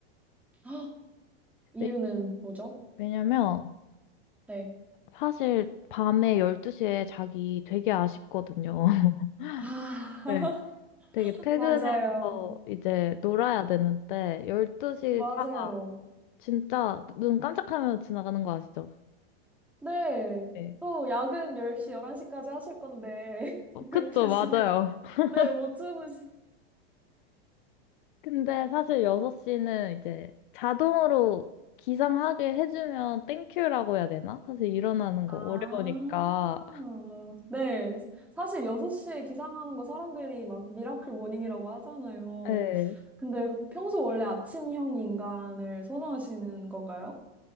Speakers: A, in the centre; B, on the left.
A: <gasps> 아, 이유는
B: 네.
A: 뭐죠?
B: 왜냐면
A: 네.
B: 사실 밤에 12시에 자기 되게 아쉽거든요. <laughs>
A: 아, <laughs>
B: 네. 되게 퇴근해서
A: 맞아요.
B: 이제 놀아야 되는데 12시가
A: 맞아요.
B: 진짜 눈 깜짝하면 지나가는 거 아시죠?
A: 네.
B: 네.
A: 또 야근 10시, 11시까지 하실 건데,
B: 어,
A: <laughs>
B: 그쵸,
A: 12시에.
B: 맞아요. <laughs>
A: 네, 못 주무시.
B: 근데 사실 6시는 이제 자동으로 기상하게 해주면 땡큐라고 해야 되나? 사실 일어나는
A: 아,
B: 거 어려우니까.
A: 네. 사실 6시에 기상하는 거 사람들이 막 미라클 모닝이라고 하잖아요.
B: 네.
A: 근데 평소 원래 아침형 인간을 선호하시는 건가요?